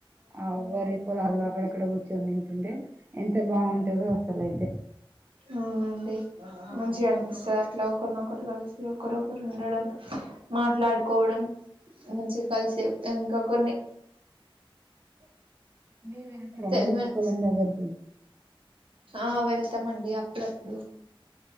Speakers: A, on the right (about 20°); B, on the right (about 70°).
A: ఆ వరి పొలాల్లొ అక్కడక్కడ గు ఉన్నింటుండే ఎంత బాగుంటదో అస్సలైతే
B: అవునండి మంచిగ అనిపిస్తది అట్లా ఒకరినొకరు కలిసి ఒకరొకరు ఉండడం మాట్లాడుకోవడం మంచి కలిసి ఇంకా కొన్ని
A: మీరు వెళ్తరా
B: తెల్వని
A: అండి పొలం దగ్గరికి
B: ఆ వెళ్తామండి అప్పుడప్పుడు